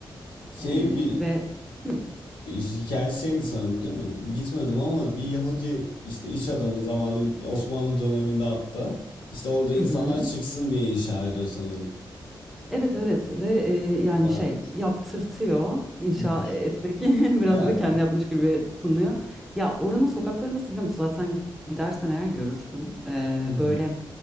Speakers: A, on the left; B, in the centre.
A: Şey
B: E,
A: bir
B: ve hı,
A: hikaye şeydi sanırım değil mi? Gitmedim ama bir Yahudi işte iş adamı zamanında Osmanlı döneminde hatta işte orada insanlar
B: hı
A: çıksın diye inşa ediyor sanırım.
B: Evet evet ve e, yani
A: Ba-
B: şey yaptırtıyor inşa
A: <laughs>
B: etmek <laughs> biraz
A: Ya
B: böyle kendi yapmış gibi tınlıyor. Ya oranın sokakları nasıl biliyor musun? Zaten git, gidersen eğer görürsün Ee,
A: <laughs>
B: böyle